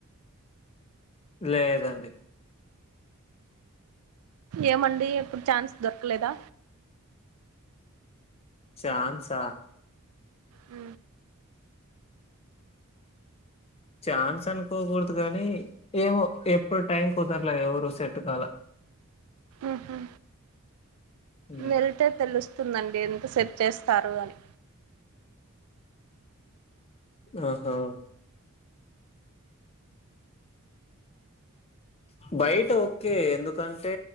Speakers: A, on the left; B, on the right.
A: లేదండి
B: ఏమండి ఎప్పుడు ఛాన్స్ దొరకలేదా?
A: ఛాన్సా
B: అ
A: ఛాన్స్ అనుకోకూడదు కానీ ఏమో ఎప్పుడు టైం కుదరలే ఎవరు సెట్టు కాల.
B: ఉహూ
A: ఉమ్,
B: వెళ్తే తెలుస్తుందండి ఎంత సెట్ చేస్తారు అని.
A: ఆహా బయట ఓకే ఎందుకంటే